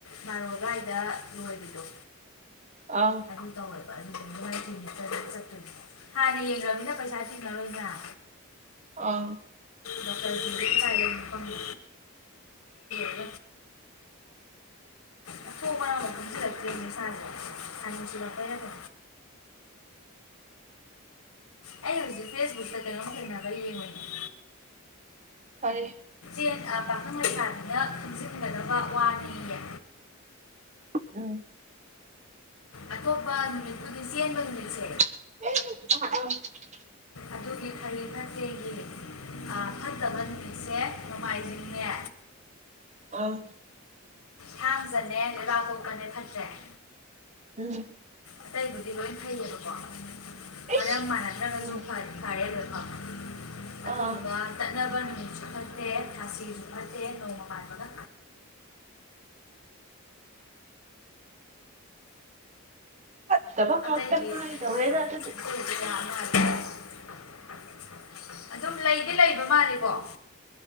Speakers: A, on the left; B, on the right.
A: ꯕꯥꯔꯣꯗꯥꯏꯗ ꯂꯣꯏꯕꯤꯗꯣ
B: ꯑꯥ ꯑꯥ
A: ꯑꯗꯨ ꯇꯧꯋꯦ <unintelligible> ꯍꯥꯟꯅ ꯌꯦꯡꯈ꯭ꯔꯃꯤꯅꯤꯅ ꯄꯩꯁꯥ ꯊꯤꯡꯉꯔꯣꯏꯗꯅ
B: ꯑꯥ
A: ꯗꯣꯛꯇꯔ ꯀ꯭ꯂꯤꯅꯤꯛ ꯀꯥꯏ ꯂꯩꯒ ꯈꯪꯗꯦ <unintelligible> ꯃꯊꯣꯡ ꯃꯔꯝ ꯈꯪꯖꯤꯂꯛꯇꯦꯅꯦ ꯏꯁꯥꯥꯁꯦ <unintelligible> ꯀꯩꯅꯣ ꯑꯩ ꯍꯧꯖꯤꯛ ꯐꯦꯁꯕꯨꯛꯇ ꯀꯩꯅꯣꯝ ꯊꯦꯡꯅꯕ ꯌꯦꯡꯉꯧꯏꯅꯦ
B: ꯀꯔꯤ
A: ꯏꯁꯠ ꯄꯥꯈꯪ ꯂꯩꯁꯥꯕꯤꯅ ꯈꯪꯖꯤꯟꯒꯗꯕ ꯋꯥꯅꯦꯌꯦ
B: ꯎꯝ
A: ꯑꯇꯣꯞꯄ ꯅꯨꯃꯤꯠꯄꯨꯗꯤ ꯆꯦꯟꯕ ꯅꯨꯃꯤꯠꯁꯦ
B: <unintelligible>
A: ꯑꯗꯨꯒꯤ ꯐꯔꯦ ꯐꯠꯇꯦꯒꯤ ꯐꯠꯇꯕ ꯅꯨꯃꯤꯠꯁꯦ ꯅꯣꯡꯃꯥꯏꯖꯤꯡꯅꯦ
B: ꯑꯥ
A: ꯊꯥꯡꯖꯅꯦ ꯂꯩꯕꯥꯛ ꯄꯣꯛꯛꯄꯅꯦ ꯐꯠꯇꯔꯦ
B: ꯎꯝ
A: ꯑꯇꯩꯕꯨꯗꯤ ꯂꯣꯏ ꯐꯩꯌꯦꯕꯀꯣ ꯃꯔꯝ
B: ꯏꯁ
A: ꯃꯅꯥꯛꯗ꯭ꯔꯒꯁꯨ
B: ꯎꯝ
A: ꯐ ꯐꯥꯔꯦ ꯂꯣꯏ ꯑꯥ ꯑꯗꯨꯗꯨꯒ
B: ꯑꯥ
A: ꯇꯠꯅꯕ ꯖꯨ ꯐꯠꯇꯦ ꯊꯥꯁꯤꯖꯨ ꯐꯠꯇꯦ ꯅꯣꯡꯃ ꯄꯥꯟꯕꯒ
B: ꯐꯠꯇꯕ ꯉꯥꯛꯇ
A: ꯑꯇꯩꯗꯤ
B: ꯉꯥꯏꯗꯧꯔꯦꯗ ꯑꯗꯨꯗꯤ
A: ꯑꯇꯩꯗꯤ <inaudible> ꯑꯗꯨꯝ ꯂꯩꯗꯤ ꯂꯩꯕ ꯃꯥꯜꯂꯤꯀꯣ